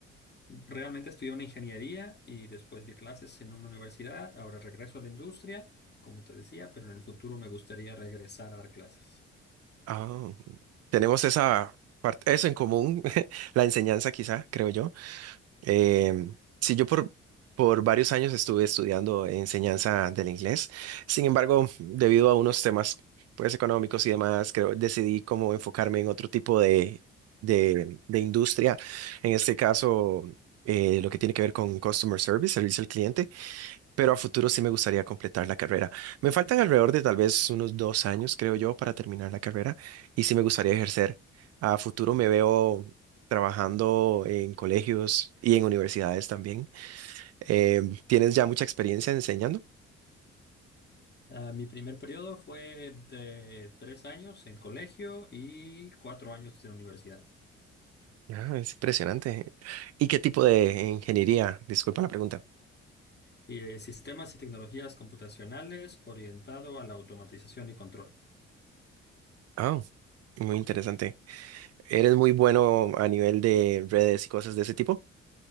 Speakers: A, on the left; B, on the right.
A: Realmente estudié una ingeniería y después di clases en una universidad. Ahora regreso a la industria, como te decía, pero en el futuro me gustaría regresar a dar clases.
B: Ah. Tenemos esa parte, eso en común, <laughs> la enseñanza quizá, creo yo. Eh, sí, yo por, por varios años estuve estudiando enseñanza del inglés. Sin embargo, debido a unos temas pues económicos y demás, creo decidí como enfocarme en otro tipo de, de, de industria. En este caso, eh, lo que tiene que ver con customer service, servicio al cliente pero a futuro sí me gustaría completar la carrera. Me faltan alrededor de tal vez unos dos años, creo yo, para terminar la carrera y sí me gustaría ejercer. A futuro me veo trabajando en colegios y en universidades también. Eh, ¿tienes ya mucha experiencia enseñando?
A: Ah, mi primer periodo fue de tres años en colegio y cuatro años en universidad.
B: Ah, es impresionante. ¿Y qué tipo de ingeniería? Disculpa la pregunta.
A: Y, eh, sistemas y tecnologías computacionales orientado a la automatización y control.
B: Ah, muy interesante. ¿Eres muy bueno a nivel de redes y cosas de ese tipo?